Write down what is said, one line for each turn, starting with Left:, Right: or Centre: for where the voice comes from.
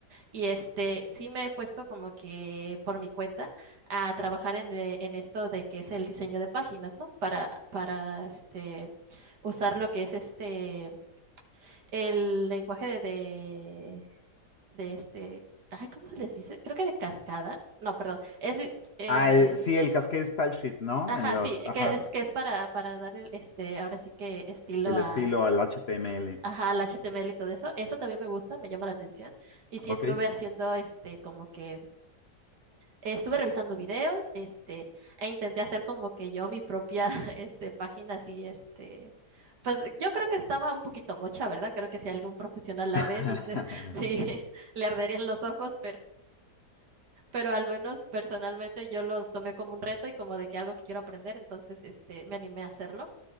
Right: Y este, sí me he puesto como que por mi cuenta a trabajar en, eh, en esto de que es el diseño de páginas, ¿no? Para, para este usar lo que es este el lenguaje de, de de este, ay, ¿cómo se les dice? Creo que de cascada. No, perdón. Es de- eh,
Left: Ah, el- sí, el Cascade Style Sheet, ¿no?
Right: ajá,
Left: En los,
Right: sí,
Left: ajá,
Right: que es que es para, para darle este, ahora sí que estilo
Left: el
Right: a
Left: estilo, el HTML.
Right: ajá, al HTML y todo eso. Eso también me gusta, me llama la atención. Y sí
Left: Ok.
Right: estuve haciendo este como que eh, estuve revisando videos, este, e intenté hacer como que yo mi propia <laughs> este página así este Pues yo creo que estaba un poquito mocha, ¿verdad? Creo que si algún profesional la
Left: <laughs>
Right: ve, di- <laughs> sí, <laughs> le arderían los ojos, pero al menos personalmente yo lo tomé como un reto y como de que algo que quiero aprender, entonces este, me animé a hacerlo.